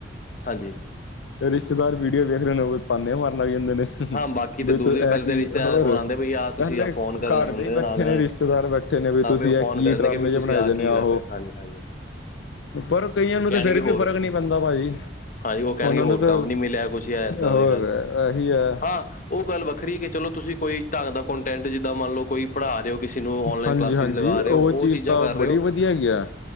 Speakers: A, on the left; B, on the left.
A: ਹਾਂਜੀ
B: ਰਿਸ਼ਤੇਦਾਰ ਵੀਡੀਓ ਵੇਖਦੇ ਨੇ ਉਹ ਤੇ ਭਾਨੇ ਮਾਰਨ ਲਗ ਜਾਂਦੇ ਨੇ
A: ਹਾਂ ਬਾਕੀ ਤਾਂ
B: ਵੀ
A: ਦੂਰ
B: ਤੂੰ ਇਹ
A: ਦੇ ਪਹਿਲੇ
B: ਕੀ,
A: ਤਾਂ ਰਿਸ਼ਤੇਦਾਰ
B: ਹੋਰ
A: ਹੋ ਆਉਂਦੇ ਬਈ ਆਹ
B: ਪਹਿਲੇ
A: ਤੁਸੀਂ ਆਹ ਫੋਨ ਕਰਨ
B: ਘਰ
A: ਲੱਗ
B: ਦੇ
A: ਹੁੰਦੇ
B: ਹੀ ਬੈਠੇ
A: ਨਾਲ ਨਾਲ
B: ਨੇ ਰਿਸ਼ਤੇ ਰਿਸ਼ਤੇਦਾਰ ਬੈਠੇ ਨੇ ਵੀ
A: ਹਾਂ
B: ਤੁਸੀਂ
A: ਉਹ
B: ਇਹ
A: ਫੋਨ
B: ਕੀ
A: ਕਰਨਗੇ
B: ਡਰਾਮੇ
A: ਵੀ ਤੁਸੀਂ
B: ਜਿਹੇ ਬਣਾਏ
A: ਆਹ
B: ਦੇ ਨੇ
A: ਕੀ
B: ਆ
A: ਕਰ ਰਹੇ ਹੋ ਹਾਂਜੀ ਹਾਂਜੀ
B: ਪਰ ਕਈਆਂ ਨੂੰ
A: ਕਹਿਣਗੇ
B: ਤੇ ਫਿਰ ਵੀ
A: ਹੋਰ
B: ਫਰਕ ਨਹੀਂ ਪੈਂਦਾ ਭਾਜੀ
A: ਹਾਂਜੀ ਉਹ ਕਹਿਣਗੇ
B: ਉਹਨਾਂ
A: ਹੋਰ
B: ਨੂੰ ਤਾਂ,
A: ਕੰਮ ਨਹੀਂ ਮਿਲਿਆ ਕੁਛ ਜਾਂ ਇੱਦਾਂ
B: ਹੋਰ
A: ਦੀ ਗੱਲ
B: ਇਹੀ ਆ
A: ਹਾਂ ਉਹ ਗੱਲ ਵੱਖਰੀ ਹੈ ਕਿ ਚਲੋ ਤੁਸੀਂ ਕੋਈ ਢੰਗ ਦਾ ਕੰਟੈਂਟ ਜਿੱਦਾਂ ਮੰਨ ਲਓ ਕੋਈ ਪੜ੍ਹਾ ਰਹੇ ਹੋ ਕਿਸੇ ਨੂੰ ਔਨਲਾਈਨ
B: ਹਾਂਜੀ
A: ਕਲਾਸਿਸ
B: ਹਾਂਜੀ
A: ਲਗਾ ਰਹੇ ਹੋ
B: ਚੀਜ਼
A: ਉਹ ਚੀਜ਼ਾਂ
B: ਤਾਂ
A: ਕਰ
B: ਬੜੀ
A: ਰਹੇ ਹੋ
B: ਵਧੀਆ ਹੈਗੀ ਆ